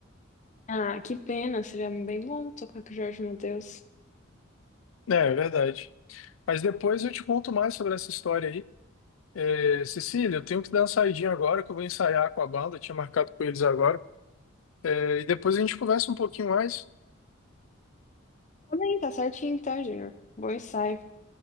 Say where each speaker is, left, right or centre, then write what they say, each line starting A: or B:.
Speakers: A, on the left (about 35°); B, on the left (about 80°).
A: Ah, que pena, seria bem bom tocar com o Jorge Mateus.
B: É, é verdade. Mas depois eu te conto mais sobre essa história aí. É, Cecília, eu tenho que dar uma saidinha agora, que eu vou ensaiar com a banda, eu tinha marcado com eles agora. É, e depois a gente conversa um pouquinho mais.
A: Tudo bem, tá certinho então, Júnior. Bom ensaio.